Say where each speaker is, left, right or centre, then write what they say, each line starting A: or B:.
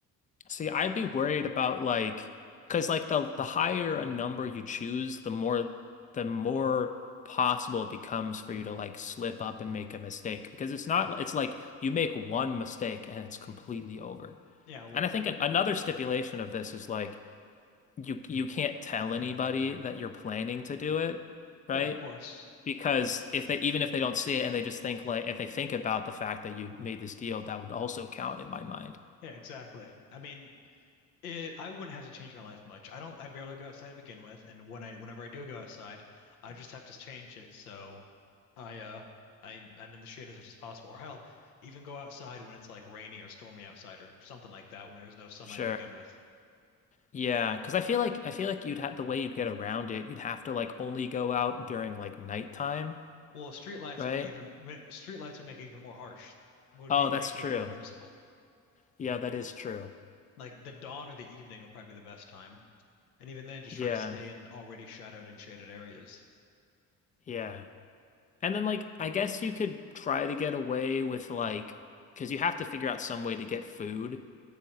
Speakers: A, on the left; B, on the left.
A: See, I'd be worried about like, because like the the higher a number you choose, the more the more possible it becomes for you to like slip up and make a mistake. Because it's not, it's like you make one mistake and it's completely over.
B: Yeah, well,
A: And I think an, another stipulation of this is like you you can't tell anybody that you're planning to do it, right?
B: yeah, of course.
A: Because if they even if they don't see it and they just think like if they think about the fact that you made this deal, that would also count in my mind.
B: Yeah, exactly. I mean, It, I wouldn't have to change my life much. I don't, I barely go outside to begin with, and when I, whenever I do go outside, I just have to change it so I, uh, I, I'm in the shade as much as possible. Or hell, even go outside when it's like rainy or stormy outside or something like that when there's no sunlight
A: Sure.
B: to begin with.
A: Yeah, because I feel like I feel like you'd have the way you'd get around it, you'd have to like only go out during like nighttime,
B: Well, street lights
A: right?
B: would be even, street lights would make it even more harsh. Would
A: Oh,
B: be,
A: that's
B: make
A: true.
B: it even more noticeable.
A: Yeah, that is true.
B: Like the dawn or the evening would probably be the best time, and even then, just
A: Yeah,
B: try to stay in already shadowed and shaded areas.
A: yeah. And then like I guess you could try to get away with like because you have to figure out some way to get food,